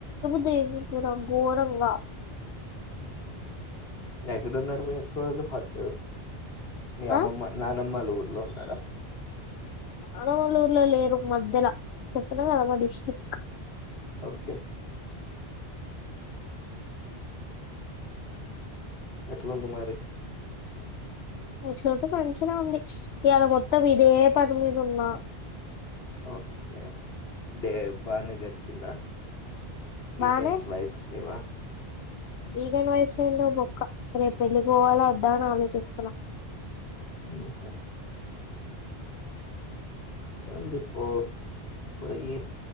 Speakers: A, on the left; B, on the left.
A: దివికురగోరంగా
B: నెక్కడు ఉన్నారు మీ అక్కవాళ్ళు హట్ మీ
A: ఆ
B: అమ్మమ్మ నానమ్ వాళ్ళ ఊర్లో ఉన్నారా
A: అ వాళ్ళ ఊర్లో లేరు మధ్యల చెట్ తెలంగాణ మ డిస్టిక్ట్
B: ఓకే ఎట్లుంది మారి
A: ఎట్లు ఉంటది మంచిగ ఉంది ఇయాల మొత్తం ఇదే పని మీద ఉన్నా
B: ఓకే డే బానే చచ్చిందా వీకెండ్స్
A: బానే
B: వైబ్స్ లేవా
A: వీకెండ్ వైబ్స్ ఏం లేవు బొక్క రేప్ పెళ్ళికి పోవాల వద్దా అని ఆలోచిస్తున్నా.
B: ఉహు ఉంది పో పోయి